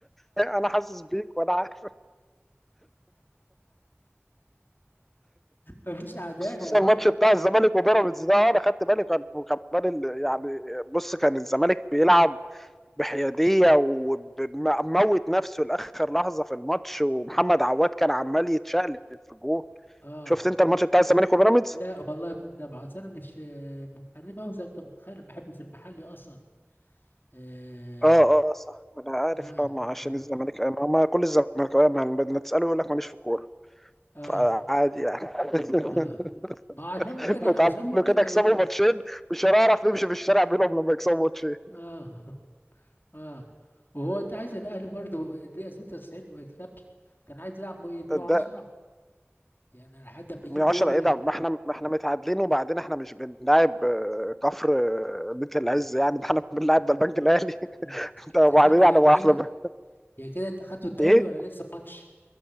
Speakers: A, in the centre; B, on the left.
A: انا حاسس بيك وانا عارف
B: ما فيش عداله
A: خصوصا
B: يا راجل
A: الماتش بتاع الزمالك وبيراميدز ده انا خدت بالي كان وكمان ال- يعني بص كان الزمالك بيلعب بحياديه وموت نفسه لاخر لحظه في الماتش ومحمد عواد كان عمال يتشقلب في الجول
B: اه
A: شفت انت الماتش بتاع الزمالك وبيراميدز؟
B: لا والله ما متابع اصل انا مش مش حريف أوي زي ما انت متخيل ما بحبش المحلي اصلا آه
A: اه اه آه، صح انا عارف
B: آه
A: اه ما عشان
B: آه
A: الزمالك آه، ما ما كل الزمالك آه، ما ما تساله يقول لك ماليش في الكوره
B: آه
A: فعادي يعني <laughs>
B: اه ما عشان ممكن
A: اتعلموا
B: عشان ممكن
A: كده
B: ما
A: يكسبوا
B: ي...
A: ماتشين مش هنعرف نمشي في الشارع بينهم لما يكسبوا ماتشين
B: اه اه وهو انت عايز الاهلي برضو الدقيقه 96 ما يكسبش كان عايز يلعبه ايه 110
A: ده
B: يعني لحد ما يجيب
A: من 10
B: جون
A: ايه ده ما احنا ما احنا متعادلين وبعدين احنا مش بنلاعب آه، كفر آه، بيت
B: مم.
A: العز يعني ده احنا بنلاعب ده البنك الاهلي
B: مم.
A: <laughs> ده
B: كت-
A: وبعدين
B: يعني
A: يعني ما
B: كده
A: احنا
B: يعني كده انت خدتوا الدوري
A: ايه
B: ولا لسه ماتش